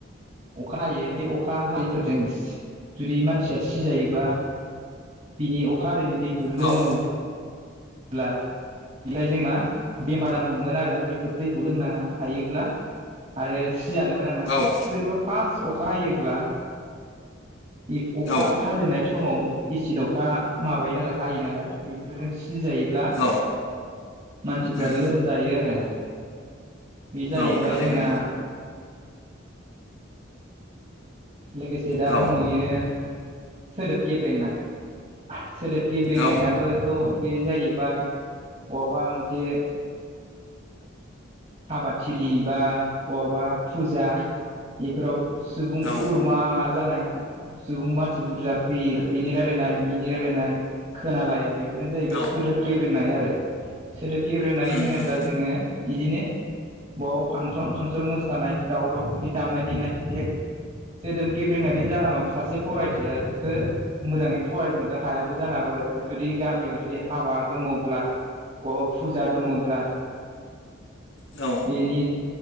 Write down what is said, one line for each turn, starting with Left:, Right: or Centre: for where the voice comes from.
Right: अखा हायो बे अखा हादैफोरजों सि जुदि मानसिया सिजायोबा बिनि अखा हादैैनि दैखौ
Left: औ
Right: लोङोब ब्ला ओमफाय जों मा? बेमार जानो हमगोन आरो बेफोर दैखौ लोंनाङा हायोब्ला आरो सिजानोबो नाङा
Left: औ
Right: जोंथ' फार्स्ट अखा हायोब्ला अखा
Left: औ
Right: हाजेननाय समाव एसिड अखा माबायो नालाय हायो नालाय बेफोरजों सिजायो ब्ला
Left: औ
Right: मानसिफ्रा
Left: उम
Right: लोमजायो आरो बे जाहैबाय
Left: औ थारैनो
Right: जोंना लोगोसे दा
Left: औ
Right: दंहैयो सोदोब गेब्रेंनाय सोदोब गेब्रेंनायाबो
Left: औ
Right: थ' बे जाहैबाय बहाबा मोनसे हाबाद थिलि बा बहाबा फुजा इफोराव सुबुं
Left: औ
Right: थुबुर मा जानाय गु सुबुं मानसि बुरजा भिहिर बिनि रायलायनाय बिनि रायलायनाय खोनालाया बे बेफोरनो जाहैबाय
Left: औ उम औ
Right: सोदोब गेब्रेंनाय आरो सोदोब गेब्रेंनाय
Left: उम
Right: होनोब्ला
Left: उम
Right: जोङो इदिनो बहाबा फांसन सनसन मोसानाय दावराव इदि दामनाय देनाय देख सोदोब गेब्रेंनायनि जाहोनाव सासे फरायसायाबो मोजाङै फरायनोबो हायाबो जानो हागौ आरो जुदि गामियाव जुदि हाबा दङब्ला बहाबा फुजा दङब्ला
Left: औ
Right: बिनि